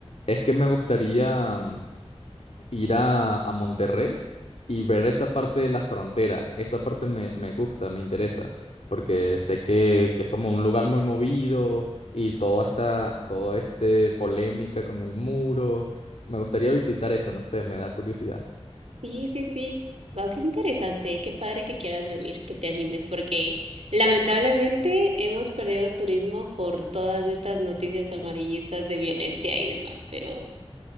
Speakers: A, on the left; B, on the right.
A: es que me gustaría mm, ir a, a Monterrey y ver esa parte de la frontera. Esa parte me, me gusta, me interesa, porque sé que, que es como un lugar muy movido y toda esta, todo este polémica con el muro. Me gustaría visitar eso, no sé, me da curiosidad.
B: Sí, sí, sí. Wow, qué interesante. Qué padre que quieras venir, que te animes, porque lamentablemente hemos perdido turismo por todas estas noticias amarillistas de violencia y demás, pero